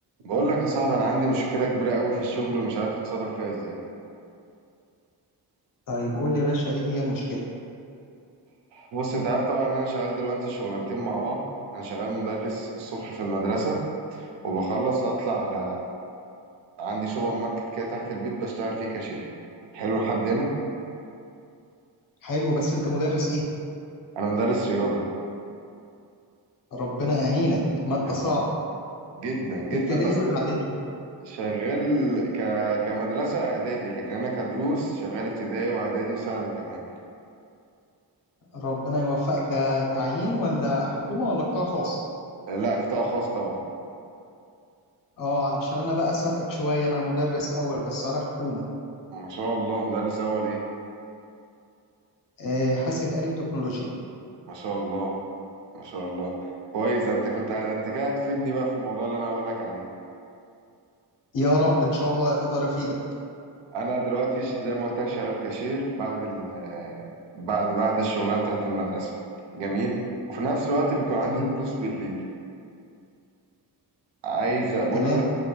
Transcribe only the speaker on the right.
بقول لك يا صاحبي انا عندي مشكله كبيره قوي في الشغل ومش عارف اتصرف فيها ازاي
بص انت عارف طبعا ان انا شغال دلوقتي شغلانتين مع بعض انا شغال مدرس الصبح في المدرسه وبخلص هطلع على عندي سوبر ماركت كده تحت البيت بشتغل فيه كاشير حلو لحد هنا
انا مدرس رياضه
يا
رب جدا
جدا بس
شغال ك... كمدرسه اعدادي لكن انا كدروس شغال ابتدائي واعدادي وثانوي كمان
لا قطاع خاص طبعا
ما شاء الله مدرس اول ايه
ما شاء الله ما شاء الله كويس ده انت كنت ده انت كده هتفيدني بقى في الموضوع اللي انا هقول لك عليه
انا دلوقتي ش- زي ما قلت لك شغال كاشير بعد ال بعد بعد الشغلانه بتاعت المدرسه جميل وفي نفس الوقت بيكون عندي
دروس بالليل عايز اقول
لك